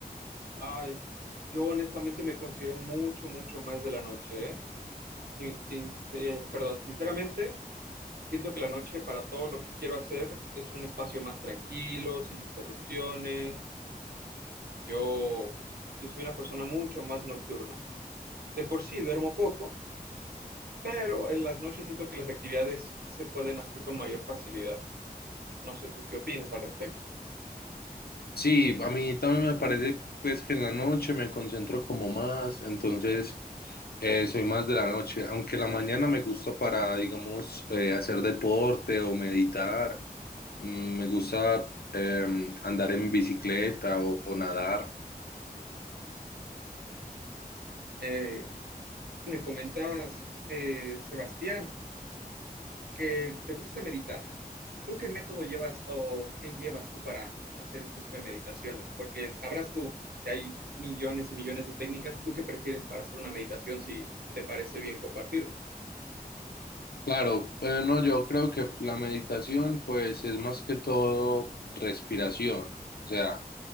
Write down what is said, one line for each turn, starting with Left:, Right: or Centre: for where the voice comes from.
Right: ay, yo honestamente me considero mucho, mucho más de la noche, ¿eh? sin- sin- eh, perdón, sinceramente, siento que la noche para todo lo que quiero hacer es un espacio más tranquilo, sin interrupciones. Yo, yo soy una persona mucho más nocturna. De por sí duermo poco, pero en las noches siento que las actividades se pueden hacer con mayor facilidad. No sé tú qué opinas al respecto.
Left: Sí, a mí también me parece pues que en la noche me concentro como más, entonces eh, soy más de la noche, aunque la mañana me gusta para, digamos, eh, hacer deporte o meditar, Mm, me gusta em, andar en bicicleta o o nadar.
Right: Eh, me comentabas, eh, Sebastián, que te gusta meditar, ¿tú qué método llevas o qué llevas tú para hacer este tipo de meditaciones? Porque sabrás tú que hay millones y millones de técnicas. ¿Tú qué prefieres para hacer una meditación si te parece bien compartirlo?
Left: Claro, bueno, no, yo creo que la meditación pues es más que todo respiración, o sea,